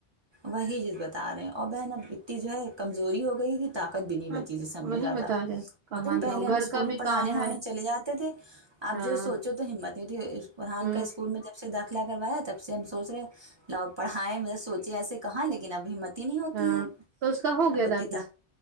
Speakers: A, on the right; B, on the right.
A: وہی چیز بتا رہے ہیں اور بہن اب اتنی جو ہے کمزوری ہو گئی کہ طاقت بھی نہیں بچی
B: ہاں
A: جسم میں
B: وہی
A: زیادہ
B: بتا رہے کہاں
A: پتا نہیں پہلے
B: جاؤ
A: ہم
B: گھر
A: اسکول
B: کا
A: میں
B: بھی
A: پڑھانے
B: کام
A: نہڑھانے
B: ہے
A: چلے جاتے تھے آپ
B: ہاں
A: جو سوچو تو ہمت نہیں ہوتی فرحان
B: ہ
A: کا اسکول میں جب سے داخلہ کروایا تب سے ہم سوچ رہے ہیں پڑھیں مے سوچیں ایسے کہاں لیکن ابھی مت تن نہیں ہوتی
B: ہاں
A: ہے
B: تو اس کا ہو
A: ابتیتا
B: گیا داخلہ